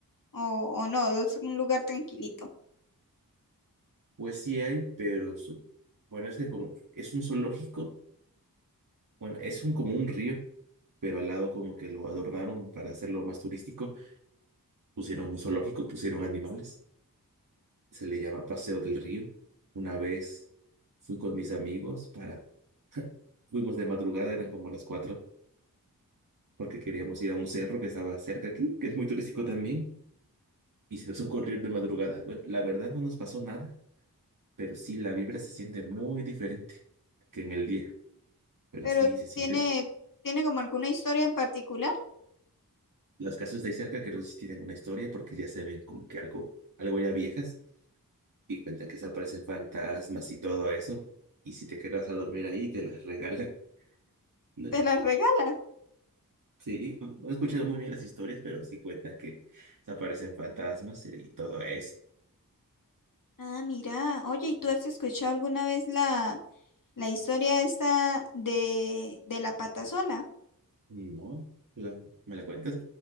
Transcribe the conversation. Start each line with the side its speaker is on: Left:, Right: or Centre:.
Left: ¿O, o no? Es un lugar tranquilito.
Right: Pues sí hay, pero su- bueno, es que como es un zoológico, bueno, es un como un río pero al lado como que lo adornaron para hacerlo más turístico, pusieron un zoológico, pusieron animales, se le llama Paseo del Río. Una vez fui con mis amigos para, fuimos de madrugada, eran como las cuatro, porque queríamos ir a un cerro que estaba cerca aquí, que es muy turístico también, y se nos ocurrió ir de madrugada. Bueno, la verdad no nos pasó nada, pero sí la vibra se siente muy diferente que en el día, pero
Left: Pero
Right: así se siente.
Left: tiene, tiene como alguna historia en particular.
Right: Las casas de ahí cerca creo que sí tienen una historia porque ya se ven como que algo, algo ya viejas y cuentan que se aparecen fantasmas y todo eso. Y si te quedas a dormir ahí, te las regalan, ¿no?
Left: Te la regala.
Right: Sí, no he escuchado muy bien las historias, pero sí cuentan que se aparecen fantasmas y todo eso.
Left: Ah, mira. Oye, ¿y tú has escuchado alguna vez la, la historia esta de, de la patasola?
Right: No, la- ¿me la cuentas?